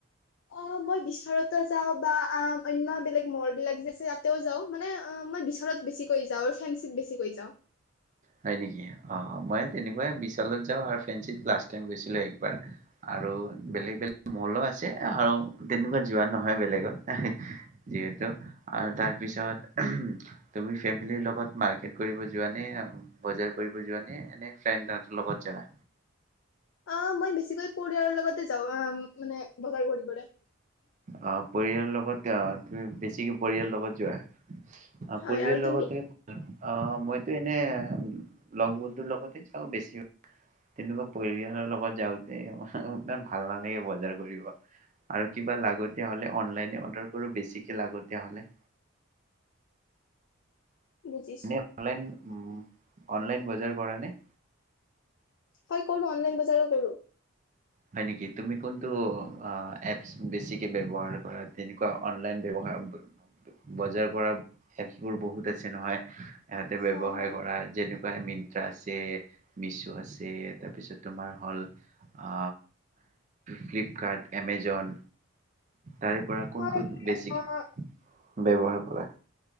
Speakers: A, on the left; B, on the right.
A: অ মই বিশাৰতো যাওঁ বা আ অন্য বেলেগ মল বিলাক যে আছে এইয়াতেও যাওঁ মানে মই বিশালত বেছিকৈ যাওঁ আৰু ফেঞ্চিত বেছিকৈ যাওঁ
B: হয় নেকি অ অ মই তেনেকুৱাই বিশালত যাওঁ আৰু ফেঞ্চিত লাষ্ট টাইম গৈছিলো একবাৰ আৰু বেলেগ বেলেগ মল আছে আৰু তেনেকুৱা যোৱা নহয় বেলেগত এহে যিহেতু আৰু তাৰপিছত উমহ তুমি ফেমিলিৰ লগত মাৰ্কেট কৰিব যোৱা নে বজাৰ কৰিব যোৱা নে এনেই ফ্ৰেণ্ডৰ লগত যাবা
A: অ মই বেছিকৈ পৰিয়ালৰ লগতে যাওঁ অ মানে বজাৰ কৰিবলে
B: অ পৰিয়াল লগত তুমি বেছিকে পৰিয়ালৰ লগত যোৱা অ
A: হয়
B: পৰিয়াল
A: আৰু তুমি?
B: লগতে অ মইতো এ মানে লগ বন্ধুৰ লগতে যাওঁ বেছি তেনেকুৱা পৰিয়ালৰ লগত যাওঁতে ইমান ভাল নালাগে বজাৰ কৰিব আৰু কিবা লাগতিয়া হ'লে অনলাইনে অৰ্ডাৰ কৰোঁ বেছিকে লাগতিয়া হ'লে
A: বুজিছো
B: নে অনলাইন উম অনলাইন বজাৰ কৰা নে
A: হয় কৰোঁ অনলাইন বজাৰো কৰোঁ
B: হয় নেকি তুমি কোনটো অ এপছ বেছিকে ব্যৱহাৰ কৰা তেনেকোৱা অনলাইন ব্যৱহাৰ বজাৰ কৰা এপছ বোৰ বহুত আছে নহয়। সিহঁতে ব্যৱসায়
A: হয় হয়।
B: কৰা যেনেকোৱা বাই মিনন্ত্ৰা আছে মেছো আছে তাৰপিছত তোমাৰ হ'ল অ ফ্লিপকাৰ্ট এমেজন তাৰে পৰা কোন
A: হয়
B: কোন বেছিকে
A: অ'
B: ব্যৱহাৰ কৰা।